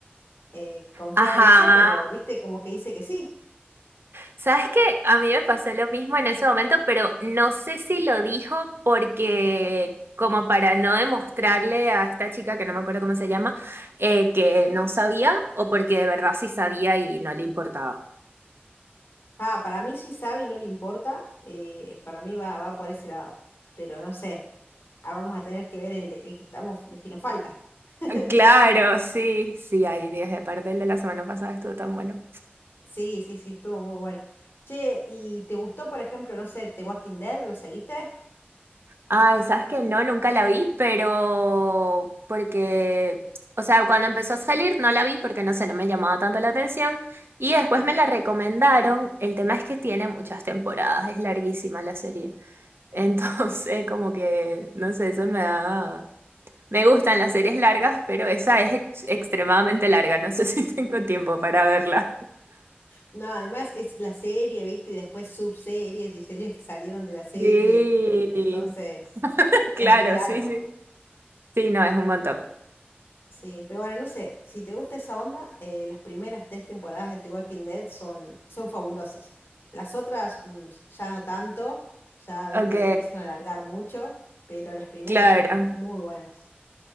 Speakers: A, on the left; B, on the right.
A: eh, confiaba
B: ajá.
A: en eso, pero viste como que dice que sí.
B: ¿Sabes qué? A mí me pasó lo mismo en ese momento, pero no sé si lo dijo porque, como para no demostrarle a esta chica, que no me acuerdo cómo se llama, eh, que no sabía o porque de verdad sí sabía y no le importaba.
A: Ah, para mí sí sabe y no le importa. eh, para mí va, va por ese lado. Pero no sé. Ah, vamos a tener que ver el, de- el que estamos, el que nos falta. <laughs>
B: Claro, sí, sí, hay días. Y aparte el de la semana pasada estuvo tan bueno.
A: Sí, sí, sí, estuvo muy bueno. Che, ¿y te gustó, por ejemplo, no sé, The Walking Dead? ¿Lo seguiste?
B: Ay, sabes que no, nunca la vi, pero porque, o sea, cuando empezó a salir no la vi porque no sé, no me llamaba tanto la atención. Y después me la recomendaron. El tema es que tiene muchas temporadas, es larguísima la serie. Entonces, <laughs> como que, no sé, eso me da... Me gustan las series largas, pero esa es ex- extremadamente larga. No sé <laughs> si tengo tiempo para verla.
A: No, además es la serie, ¿viste? Y después subseries y series que salieron de la serie.
B: Sí,
A: Entonces, es
B: claro,
A: re largo.
B: sí, sí. Sí, no, es un montón.
A: Sí, pero bueno, no sé, si te gusta esa onda, eh, las primeras tres temporadas de The Walking Dead son, son fabulosas. Las otras mm, ya no tanto, ya, viste,
B: Ok,
A: le empiezan a alargar mucho, pero las primeras
B: claro.
A: están muy buenas.